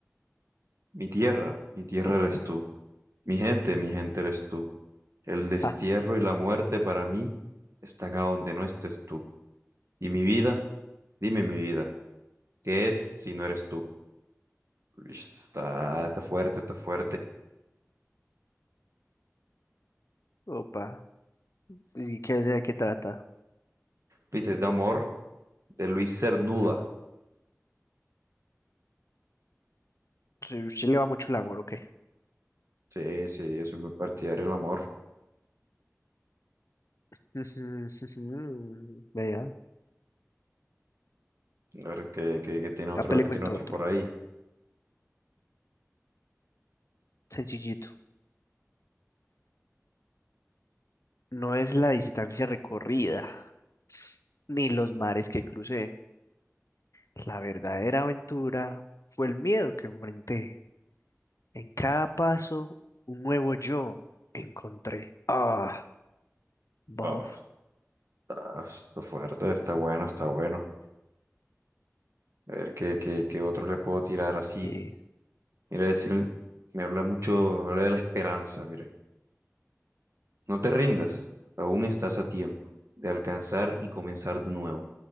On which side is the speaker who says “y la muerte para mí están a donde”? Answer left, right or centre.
Right